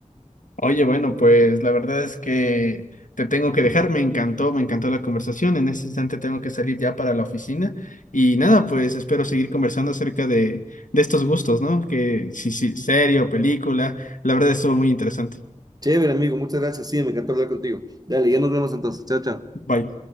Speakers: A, on the left; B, on the right.
A: Oye, bueno, pues la verdad es que te tengo que dejar. Me encantó, me encantó la conversación. En este instante tengo que salir ya para la oficina. Y nada, pues espero seguir conversando acerca de, de estos gustos, ¿no? Que si, si, serie o película. La verdad estuvo muy interesante.
B: Chévere, amigo, muchas gracias. Sí, me encantó hablar contigo. Dale, ya nos vemos entonces. Chao, chao.
A: Bye.